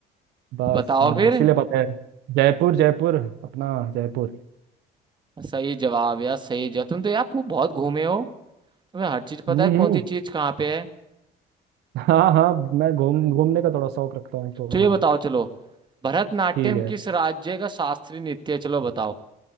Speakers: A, on the right (about 80°); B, on the right (about 25°).
A: बस
B: बताओ
A: हाँ
B: फिर
A: इसीलिए पता है जयपुर जयपुर अपना जयपुर
B: सही जवाब यार सही जवाब तुम तो यार पू- बहुत घूमे हो तुम्हें हर चीज पता
A: हम्म
B: है कौन
A: हम्म,
B: सी चीज कहाँ पे है
A: हाँ हाँ मैं घूम घूमने का थोड़ा शौक रखता हूँ तो
B: तो
A: हाँ
B: ये बताओ चलो भरतनाट्यम
A: ठीक है
B: किस राज्य का शास्त्रीय नृत्य है चलो बताओ